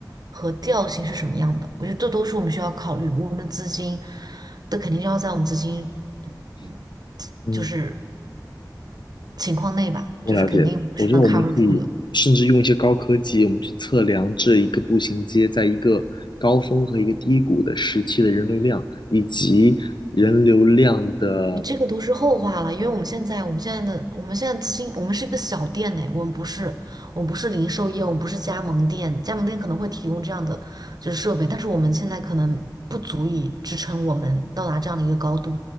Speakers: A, on the right; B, on the left.
A: 和调性是什么样的。我觉得这都是我们需要考虑的。我们资金，这肯定要在我们资金，嗯，
B: 嗯，
A: 就是。情况内吧，
B: 我了解。
A: 就是肯定是能
B: 我觉得我们可以甚至用一些高科技，
A: cover 住的。
B: 我们去测量这一个步行街在一个高峰和一个低谷的时期的人流量，以及人流量的。
A: 你这个都是后话了，因为我们现在我们现在的我们现在资金，我们是一个小店呢，我们不是我们不是零售业，我们不是加盟店，加盟店可能会提供这样的就是设备，但是我们现在可能不足以支撑我们到达这样的一个高度。